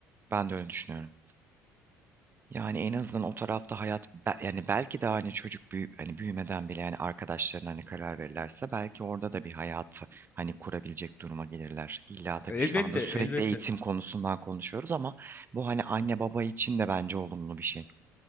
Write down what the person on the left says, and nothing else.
e,
elbette
elbette